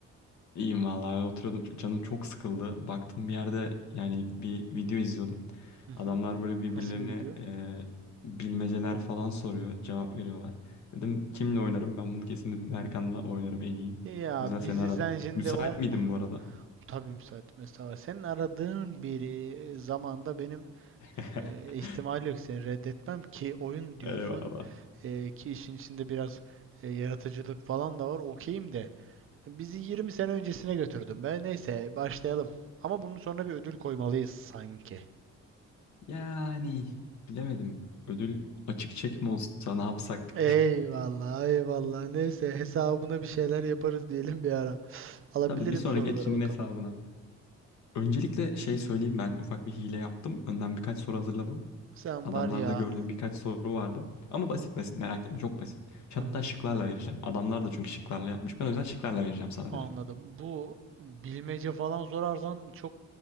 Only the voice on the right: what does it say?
Hı hı.
Nasıl bir video?
Ya
bizi
sen şimdi
on...
Ah,
Tabii müsait mesafe var. Senin aradığın bir e, zamanda benim
e, ihtimal yok seni reddetmem ki oyun diyorsun
e, ki işin içinde biraz e, yaratıcılık falan da var. Okeyim de. Bizi 20 sene öncesine götürdün be. Neyse başlayalım. Ama bunun sonra bir ödül koymalıyız sanki.
Eyvallah eyvallah. Neyse hesabına bir şeyler yaparız diyelim bir ara.
Alabilirim
sorulara
bakalım.
Sen
var ya
<laughs>
anladım.
Bu bilmece falan sorarsan çok